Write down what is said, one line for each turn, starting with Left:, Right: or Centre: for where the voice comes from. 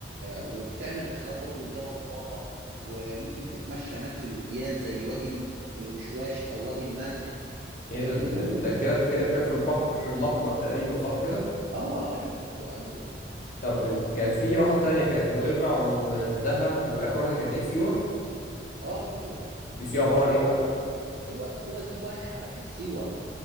Right: وبتعمل رحلات برضو لجبل طابه وممكن تتمشى هناك في الوديان زي وادي ال- الوشواش او وادي الملح فاهمني
Left: ايه ده
Right: وممكن
Left: ده كده بتتكلم تقريباً في البحر الاحمر تقريبا صح كده
Right: اه ايوه ايوه
Left: طب انت كانت في واحدة تانية كانت نويبع ودهب واخر واحدة كانت ايه سيوة
Right: اه سيوه
Left: دي سيوة عبارة
Right: سيوه
Left: عن ايه بقى
Right: سيوه سيوه دي واحه واحه سيوه